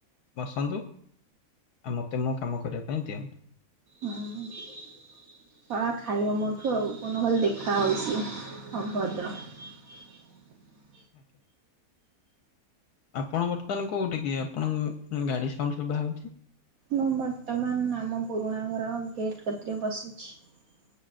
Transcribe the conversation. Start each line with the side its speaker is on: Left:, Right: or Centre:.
Left: ବସନ୍ତୁ ଆଉ ମତେ ମୋ କାମ କରିବା ପାଇଁ ଦିଅନ୍ତୁ।
Right: ହୁଁ। ଶଳା ଖାଇବ ମୋଠୁ ଆଉ କୋଉଦିନ ଖାଲି ଦେଖା ହଉ ସିଏ ଅଭଦ୍ର। <inaudible>
Left: ଆଜ୍ଞା। ଆପଣ ବର୍ତ୍ତମାନ କୋଉଠି କି ଆପଣଙ୍କ ଗାଡି ସାଉଣ୍ଡ ସୁଭାହଉଛି ‌।
Right: ମୁଁ ବର୍ତ୍ତମାନ ଆମ ପୁରୁଣା ଘର ଗେଟ୍ କତିରେ ବସିଛି।